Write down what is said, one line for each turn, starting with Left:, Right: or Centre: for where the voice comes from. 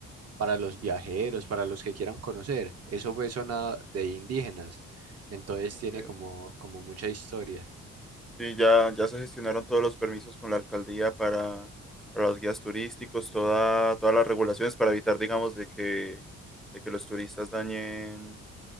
Right: para los viajeros, para los que quieran conocer. Eso fue zona de indígenas, entonces
Centre: ok.
Right: tiene como, como mucha historia.
Centre: Sí, ya, ya se gestionaron todos los permisos con la alcaldía para, para los guías turísticos, toda, todas las regulaciones para evitar, digamos, de que, de que los turistas dañen